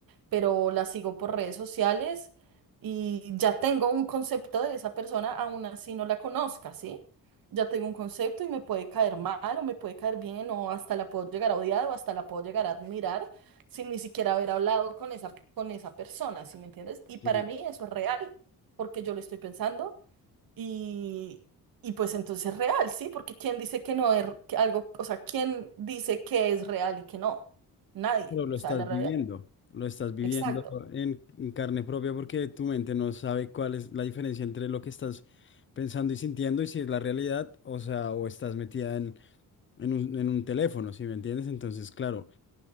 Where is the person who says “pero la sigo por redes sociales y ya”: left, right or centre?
Right